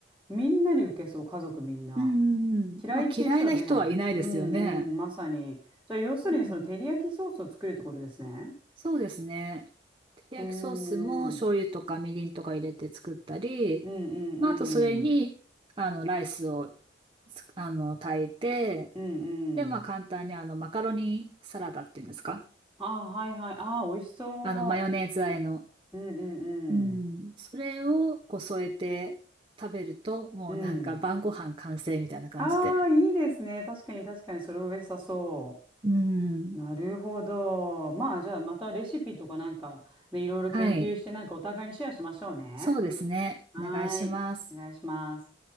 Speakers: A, in the centre; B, on the right (about 25°).
A: みんなに受けそう、家族みんな。
B: うん。
A: 嫌いっていう人は出ない。
B: まあ嫌いな人はいないですよね。
A: うん、うん、まさに。じゃあ要するにその照り焼きソースを作るところですね。
B: うん。そうですね。照り焼きソースも醤油とかみりんとか入れて作ったり、
A: うーん。うんう
B: まあ、あとそれに、
A: んうん。
B: あの、ライスをつ、あの、炊いて、
A: うん
B: で、まあ、
A: うん。
B: 簡単にあの、マカロニサラダっていうんですか
A: ああ、はいはい。ああ、美味しそ
B: あの、マヨネーズ和えの。
A: う。うんうんうん。
B: うん。それをこう添えて食べると、もうなんか晩ご飯完成みたいな感じで。
A: うん。ああ、いいですね。確かに確かに、それを良さそ
B: うん。
A: う。なるほど。まあ、じゃあ、またレシピとかなんか、ね、いろいろ研究して、
B: はい。
A: なんかお互いにシェアしましょうね。
B: そうですね。
A: はーい。
B: お願いします。
A: お願いします。